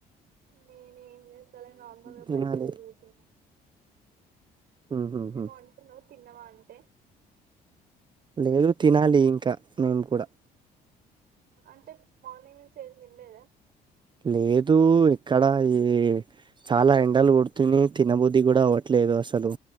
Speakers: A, on the right; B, on the right.
A: నేను ఏం చేస్తల నార్మల్గా
B: తినాలి
A: బయట తిరుగుతున్న
B: ఉహుహు
A: ఏమో అంటున్నావ్ తిన్నావా అంటే
B: లేదు తినాలి ఇంకా నేను కూడా
A: అంటే మార్నింగ్ నుంచి ఏం తినలేదా
B: లేదు ఇక్కడ ఈ చాలా ఎండలు కొడుతున్నాయి, తినబుద్ధి కూడా అవ్వట్లేదు. అసలు